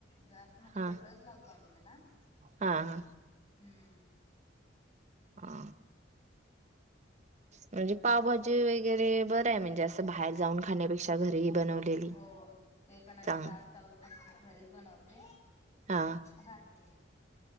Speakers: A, on the left; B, on the right.
A: जास्त म्हणजे
B: हा
A: बटरच लावतो आम्ही त्याला
B: हा हा
A: हम्म.
B: हा म्हणजे पावभाजी वगैरे बरं आहे म्हणजे अस बाहेर जाऊन खा खाण्यापेक्षा घरीही बनवलेली
A: हो ते पण
B: चांग
A: <unintelligible> पण मी घरीच बनवते.
B: हा
A: घातलंय.